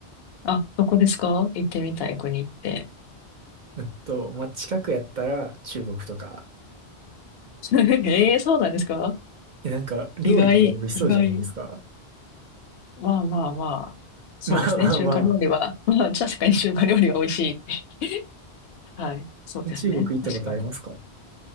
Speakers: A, on the left; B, on the right.
A: あ、どこですか行ってみたい国って。
B: えっと、まあ、近くやったら中国とか。
A: <laughs> ええそうなんですか
B: え、なんか料理とか美味しそうじゃないですか。
A: 意外、意外。まあまあまあ。
B: <laughs>
A: そうですね。
B: まあまあまあ。
A: 中華料理は、まあ確かに中華料理は美味しい。<laughs> はい。そうですね。
B: え、中国行ったことありますか
A: 確かに。